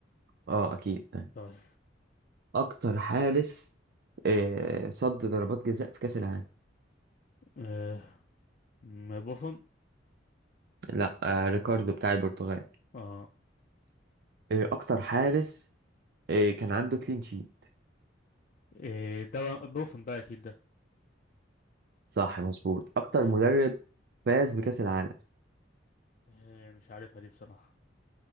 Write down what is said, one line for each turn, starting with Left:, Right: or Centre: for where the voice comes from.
Right: اه اكيد طيب.
Left: طيب
Right: اكتر حارس آه، صد ضربات جزاء في كاس العالم
Left: إيه م- بوفون
Right: لا آه، ريكاردو بتاع البرتغال
Left: اه
Right: آه، اكتر حارس آه، كان عنده كلين شيت
Left: إيه ده بقى- بوفون بقى اكيد ده
Right: صح مظبوط اكتر
Left: آه.
Right: مدرب فاز بكاس العالم
Left: إيه مش عارفها دي بصراحة